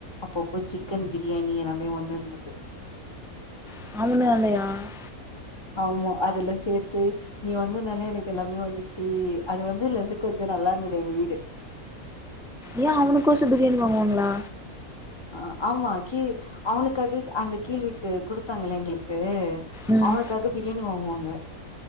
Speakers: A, on the left; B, in the centre.
A: அப்பப்போ சிக்கன் பிரியாணி எல்லாமே வந்துருந்தது
B: <unintelligible>
A: ஆமா அதுல்லா சேத்து நீ வந்தனால எனக்கு எல்லாமே வந்துச்சு அது வந்ததுலந்து கொஞ்சொ நல்லாருந்தது எங்க வீடு
B: யா அவனுக்கோசொ பிரியாணி வாங்குவாங்களா
A: அ ஆமா கீ அவனுக்காக அந்த கீழ்வீட்டு குடுத்தாங்களே எங்களுக்கு
B: ம்
A: அவனுக்காக பிரியாணி வாங்குவாங்க